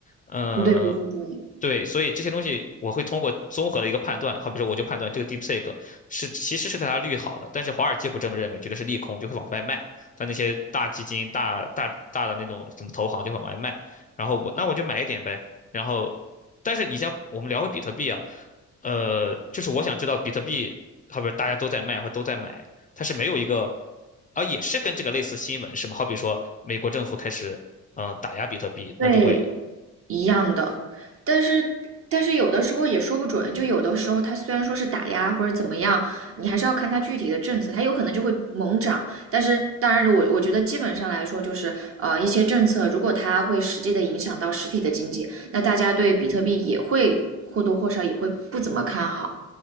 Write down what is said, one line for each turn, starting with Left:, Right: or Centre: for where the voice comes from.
Left: 嗯、
Right: 嗯对，不分交易，
Left: 对，所以这些东西我会通过综合的一个判断，好比说我就判断这个 DeepSeek 是其实是对它利好的，但是华尔街不这么认为，觉得是利空，就会往外卖。但那些大基金、大大大的那种什么投行就往外卖，然后我那我就买一点呗。然后，但是你像我们聊回比特币啊，呃，就是我想知道比特币，好比大家都在卖和都在买，它是没有一个，啊，也是跟这个类似新闻是吗？好比说美国政府开始嗯、呃打压比特币，那就会
Right: 对，一样的，但是但是有的时候也说不准，就有的时候它虽然说是打压或者怎么样，你还是要看它具体的政策，它有可能就会猛涨。但是当然我，我觉得基本上来说，就是呃一些政策，如果它会实际的影响到实体的经济，那大家对比特币也会或多或少也会不怎么看好。